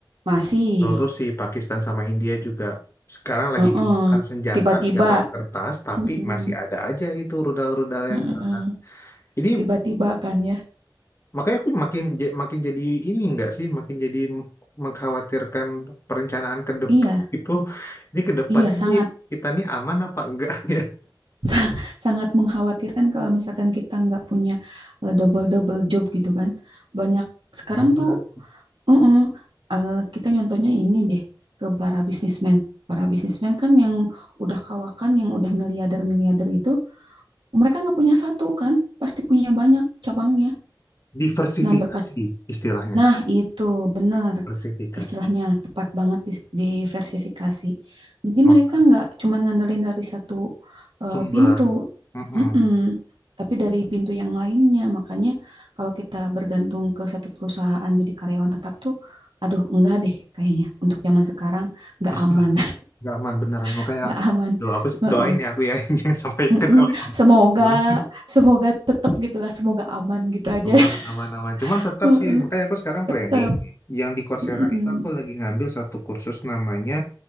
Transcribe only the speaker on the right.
masih,
uh-uh,
tiba-tiba,
mm-mm,
mm-mm,
tiba-tiba kan ya.
Iya,
iya
sangat.
sa- sangat mengkhawatirkan kalau misalkan kita nggak punya double double job gitu kan banyak sekarang
tuh mm-mm, eh, kita nyontohnya ini deh ke para bisnismen para bisnismen kan yang udah kawakan yang udah miliarder miliarder itu mereka nggak punya satu kan pasti punya banyak cabangnya
nah berkat
nah itu benar
istilahnya tepat banget dis- diversifikasi. Jadi
mereka nggak cuma ngandelin dari satu
eh, pintu,
Mm-mm. Tapi dari pintu yang lainnya. Makanya kalau kita bergantung ke satu perusahaan jadi karyawan tetap tuh, aduh enggak deh kayaknya. Untuk zaman sekarang nggak
aman,
<laughs>
nggak aman.
Heeh.
Mm-mm.
Semoga,
semoga tetap gitulah, semoga aman gitu aja.
<laughs>
Heeh.
Tetap.
Mm-mm.